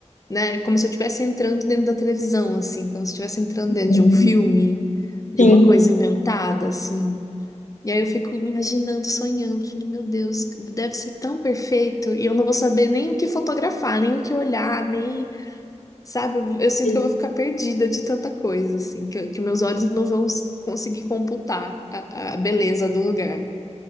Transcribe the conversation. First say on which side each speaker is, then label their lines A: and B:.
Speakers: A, on the left; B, on the left.
A: né? Como se eu estivesse entrando dentro da televisão, assim, como se eu estivesse entrando dentro
B: Uhum.
A: de um filme, de
B: Sim,
A: uma coisa inventada, assim. E aí eu fico imaginando, sonhando, falei, meu Deus, deve ser tão perfeito, e eu não vou saber nem o que fotografar, nem o que olhar, nem Sabe, eu, eu sinto
B: sim,
A: que eu vou ficar perdida de tanta coisa, assim, que, que meus olhos não vão s- conseguir computar a, a beleza do lugar.